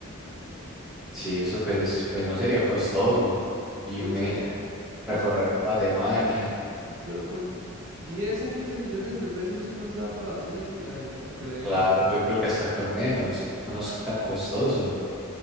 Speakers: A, in the centre; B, on the right.
A: Sí, eso pues, pues no sería costoso. Y
B: Pero
A: imagínese
B: usted,
A: recorrer
B: usted,
A: toda Alemania.
B: pero con 10 a 15 millones de pesos sí nos da para hacer ese viaje, yo no creo.
A: Claro, yo creo que hasta con menos. Eso no es tan costoso.